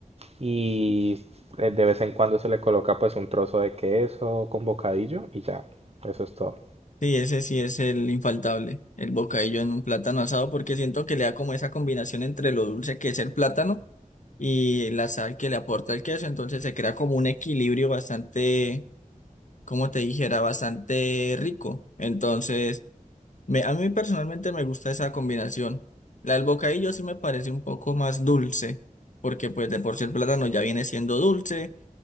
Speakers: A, on the right (about 45°); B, on the left (about 60°).
A: y eh, de vez en cuando se le coloca pues un trozo de queso con bocadillo y ya, eso es todo.
B: Sí, ese sí es el infaltable, el bocadillo en un plátano asado, porque siento que le da como esa combinación entre lo dulce que es el plátano y la sal que le aporta el queso, entonces se crea como un equilibrio bastante, como te dijera, bastante rico. Entonces, me, a mí personalmente me gusta esa combinación. La del bocadillo sí me parece un poco más dulce, porque pues de por sí el plátano ya viene siendo dulce.